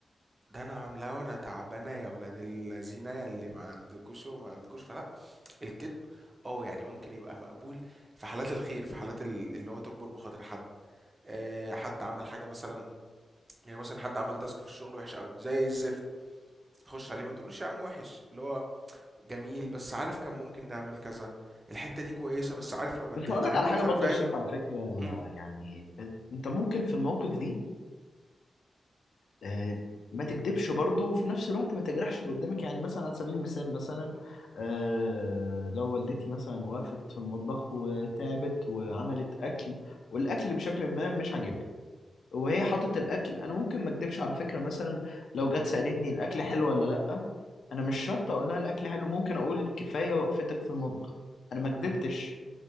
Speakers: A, on the right (about 25°); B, on the left (about 80°).
A: ده أنا عاملاه وأنا تعبانة يا ولاد اللذينة يا اللي ما عندكوش وما عندكوش، فلأ، الكدب آه، يعني ممكن يبقى مقبول في حالات الخير، في حالات ال اللي هو تُجبر بخاطر حد، آآ حد عمل حاجة مثلًا يعني مثلًا حد عمل task في الشغل وِحِش أوي زي الزفت، تخُش عليه ما تقولوش يا عم وِحِش، اللي هو جميل، بس عارف كان ممكن نعمل كذا، الحتة دي كويسة بس عارف لو بدلناها
B: بس هقول لك
A: بكذا
B: على حاجة برضو
A: فاهم؟
B: يا شريف على فكرة
A: إمم.
B: يعني انت ممكن في الموقف دي آه، ما تكدبش برضه وفي نفس الوقت ما تجرحش اللي قدامك يعني مثلا على سبيل المثال مثلا آه، لو والدتي مثلا وقفت في المطبخ وتعبت وعملت أكل والأكل بشكل ما مش عاجبني وهي حاطت الأكل أنا ممكن ما أكدبش على فكرة مثلا لو جت سألتني الأكل حلو ولا لأ أنا مش شرط أقول لها الأكل حلو ممكن أقول كفاية وقفتك في المطبخ أنا ما كدبتش